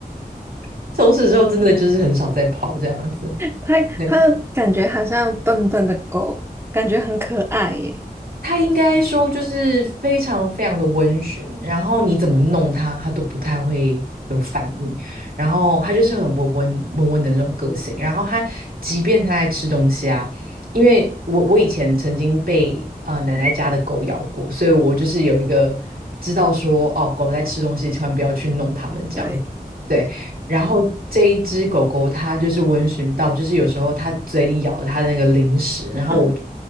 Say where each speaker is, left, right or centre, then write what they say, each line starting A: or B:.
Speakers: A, on the right; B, on the right.
A: <laughs> 从此之后，真的就是很少再跑这样子。
B: 它它感觉好像笨笨的狗，
A: 对。
B: 感觉很可爱耶。
A: 他应该说就是非常非常的温驯，然后你怎么弄他，他都不太会有反应，然后他就是很温温温温的那种个性，然后他即便他在吃东西啊，因为我我以前曾经被呃奶奶家的狗咬过，所以我就是有一个知道说哦狗在吃东西，千万不要去弄它们这样子。
B: 对对，
A: 对，然后这一只狗狗它就是温驯到，就是有时候它嘴里咬了它的那个零食，然后我去
B: 嗯，